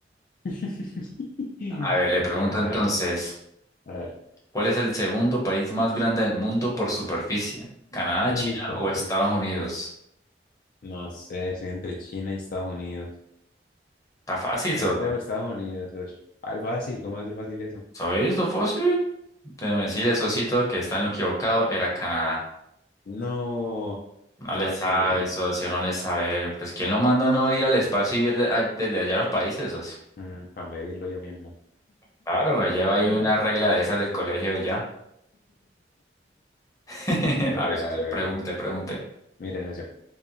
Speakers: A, on the left (about 50°); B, on the left (about 20°).
A: <laughs>
B: A ver,
A: Pero
B: le pregunto
A: quién sabe.
B: entonces,
A: A ver.
B: ¿cuál es el segundo país más grande del mundo por superficie? ¿Canadá,
A: Uy,
B: China
A: fue
B: o
A: mucho.
B: Estados Unidos?
A: No sé, soy entre China y Estados Unidos.
B: Está fácil,
A: Voy
B: socio.
A: por Estados Unidos. ush. Al fácil, ¿cómo hace fácil eso?
B: ¿Soy esto fácil? Déjeme decirle, Sosito, que está en lo equivocado, era Canadá.
A: No,
B: No
A: no
B: le sabe,
A: es sin idea.
B: socio, no le sabe. Pues, ¿quién lo manda a no ir al espacio y ir de- a- desde allá a los países, socio?
A: Mm, para medirlo yo mismo.
B: Claro, lleva ahí
A: <laughs>
B: una regla de esas del colegio ya. <laughs> A
A: Real,
B: ver, socio,
A: real.
B: pregunte, pregunte.
A: Mira esa opción.